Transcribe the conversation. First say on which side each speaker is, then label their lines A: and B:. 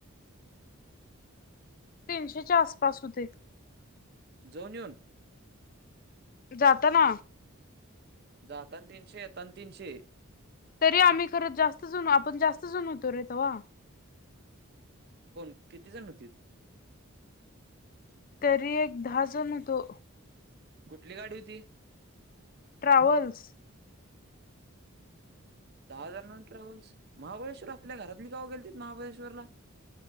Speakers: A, on the left; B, on the right.
A: तीनशेच्या आसपास होतय.
B: जाऊन युन?
A: जाताना.
B: जाताना तीनशे, येताना तीनशे?
A: तरी आम्ही खर जास्त जण आपण जास्त जण होतो रे तवा‌.
B: कोण किती जण होतीत?
A: तरी एक दहा जण हुतो.
B: कुठली गाडी होती?
A: ट्रॅव्हल्स.
B: दहा जणान ट्रॅव्हल्स महाबळेश्वर आपल्या घरातली कवा गेलतीत महाबळेश्वरला?